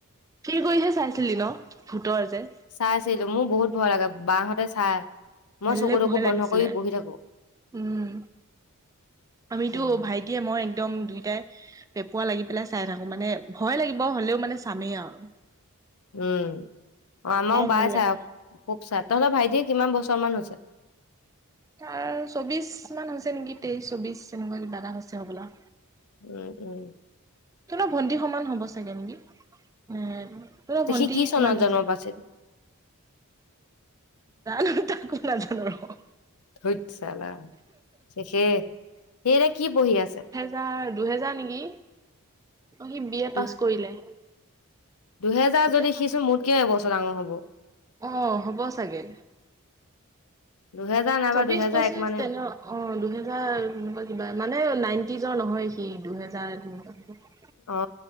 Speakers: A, on the right; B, on the left.
A: ফিৰ কইহে চাইছিলি ন ভূতৰ যে।
B: চাইছিলো মোৰ বহুত ভয় লাগে। বাহতে চাই মই
A: বেলেগ
B: চকুতকো
A: ভয় লাগিছিলে।
B: বন্ধ কৰি বহি থাকো।
A: উম। আমিতো
B: উম
A: ভাইটিয়ে মই একদম দুইটাই পেঁপোৱা লাগি পেলাই চাই থাকো মানে ভয় লাগিব হলেও মানে চামেই আও।
B: উম অ' আমাও বাই
A: ভাল লাগে।
B: চাই, খুব চাই তহঁতৰ ভাইটি কিমান বছৰ মান হৈছে?
A: তাৰ চৌবিশ মান হৈছে নেকি। তেইশ চৌবিশ এনেকুৱা কিবা এটা হৈছে হ'বলা?
B: উম উম।
A: তোমালোক ভন্টি সমান হব চাগে নেকি এ তোমালৰ ভন্টি
B: সি কি চনত
A: কিমান
B: জন্ম
A: হৈছে?
B: পাইছিল
A: জানো তাকো নাজান আৰু।
B: ধোইত চালা, শেষে সি এতিয়া কি পঢ়ি আছে?
A: জাৰ দুহেজাৰ নেকি, অঁ সি বি এ
B: দু
A: পাছ কৰিলে।
B: দুহেজাৰ
A: এতিয়া
B: যদি সিচোন মোতকে এবছৰ ডাঙৰ হ'ব
A: আহ অ হ'ব চাগে?
B: দুহেজাৰ নাইবা
A: চবিশ-
B: দুহেজাৰ
A: পঁচিশ,
B: এক মানে
A: তেনত?
B: হ'ব।
A: অ, দুহেজাৰ তেনেকুৱা কিবা মানে নাইনটিজৰ নহয় সি দুহেজাৰ তেনেকুৱা কিবা।
B: অ